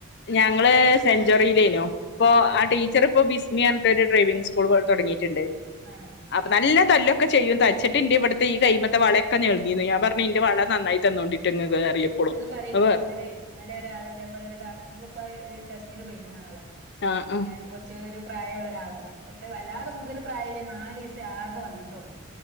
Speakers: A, on the left; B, on the right.
A: ഞങ്ങള് സെഞ്ചോറീലേനൂ ഇപ്പൊ
B: സെഞ്ചുറി
A: ആ ടീച്ചറ് ഇപ്പോ ബിസ് ഇഞ്ഞി അൻത്തെ ഒരു ഡ്രൈവിംഗ് സ്കൂൾ പോലെ തൊടങ്ങീറ്റ്ണ്ട്.
B: ആഹ്.
A: അപ്പൊ നല്ല തല്ലൊക്കെ ചെയ്യും തച്ചിട്ട്ന്റെ ഇവടത്തെ ഈ കൈയ്യ്മ്മത്തെ വളക്കെ ഞേൾങ്ങീന്നു ഞാൻ പർഞ്ഞു ഇന്റെ വള നന്നായി തന്നോണ്ടി. റ്റങ്ങാ അറിയപ്പെളും
B: അത് പറയണ്ട്
A: അതെ.
B: ഇപ്പൊ ഇന്നലെ ഇന്നലെ ഒരാള് ഇതേപോലെ ഒരു ഇന്നിപ്പോ ടെസ്റ്റിന് പോയിക്ക്ണ് ആള്
A: ആഹ് ആഹ്
B: ഏഹ് കൊർച് ഒരു പ്രായള്ള ഒരാളാണ്, പക്ഷെ വല്ലാതെ കൂടുതൽ പ്രായല്ല്യാ നാലീസേ ആകെ വന്ന്ട്ടൊള്ളു.